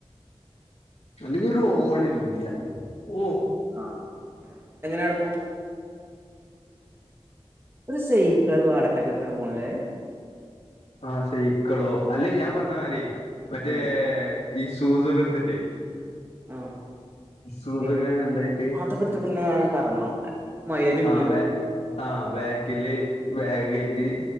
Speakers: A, on the left; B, on the right.
A: ആല്ലങ്കി ഓരോളിന്ത്യാ ഓ
B: ആ എങ്ങനെനടക്കും ഒരു സൈക്കൾ വാടകക്ക്ട്ത്ത്ക്കാണ്ട് പോണല്ലേ
A: ആ സൈക്കളോ അല്ലേ ഞാൻ പറഞ്ഞ മാരി മറ്റേ
B: ഉം
A: ഈ ഷൂസൊക്കെ എടുത്തിട്ടേ
B: ആഹ്
A: സൂസൊക്കെ
B: ഏഹ്
A: ഉണ്ടായിട്ട്
B: അതൊക്കെ എടുത്തിട്ട് ഇങ്ങനെ ആകെ കറങ്ങണം മൈലേജും കിട്ടുവല്ലോ
A: ആഹ് ബേ ആ ബാക്കില് ബാഗ് രീ